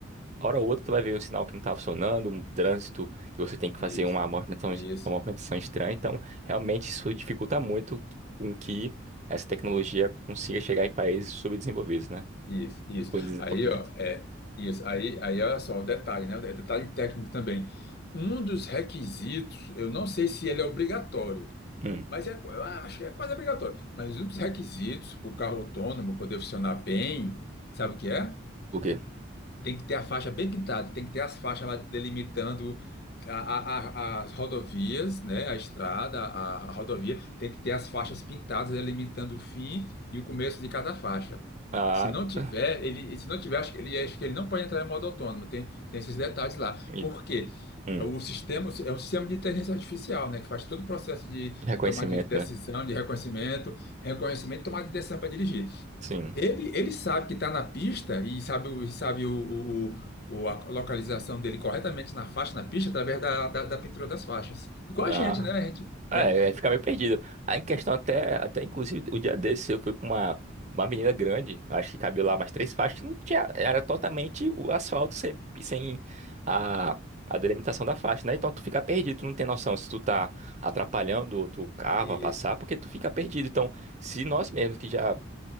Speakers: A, on the right; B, on the left.
A: hora ou outra tu vai ver um sinal que não tá funcionando, um trânsito que você tem que fazer
B: Isso.
A: uma movimentação,
B: Isso.
A: uma movimentação estranha. Então, realmente isso dificulta muito com que essa tecnologia consiga chegar em países subdesenvolvidos, né?
B: Isso, isso.
A: Ou em desenvolvimento.
B: Aí, ó, é, isso. Aí, aí, olha só, o detalhe, né? É Detalhe técnico também. Um dos requisitos, eu não sei se ele é obrigatório,
A: Hum.
B: mas é, eu acho que é quase obrigatório. Mas um dos requisitos para o carro autônomo poder funcionar bem, sabe o que é?
A: O quê?
B: Tem que ter a faixa bem pintada, tem que ter as faixas lá delimitando a- a- a- as rodovias, né? A estrada, a, a rodovia, tem que ter as faixas pintadas delimitando o fim e o começo de cada faixa.
A: Ah,
B: Se não
A: p-
B: tiver, ele, se não tiver, acho que ele, acho que ele não pode entrar em modo autônomo. Tem, tem esses detalhes lá.
A: e-
B: Por quê?
A: hum.
B: É O sistema é o sistema de inteligência artificial, né? Que faz todo o processo de,
A: Reconhecimento,
B: de tomada de decisão,
A: né?
B: de reconhecimento, reconhecimento e tomada de decisão para dirigir.
A: Sim.
B: Ele, ele sabe que está na pista e sabe, o- e sabe o, o- o- o- a localização dele corretamente na faixa, na pista, através da, da, da pintura das faixas. Igual
A: Ah,
B: a gente, né? A gente,
A: É,
B: né?
A: aí fica meio perdido. Aí em questão até, até inclusive o dia desse eu fui pra uma, uma menina grande, acho que cabia lá umas três faixas, que não tinha, era totalmente o asfalto sem, sem a, a delimitação da faixa, né? Então tu fica perdido, tu não tem noção se tu tá atrapalhando outro carro
B: Isso,
A: a passar, porque tu fica perdido. Então, se nós mesmos que já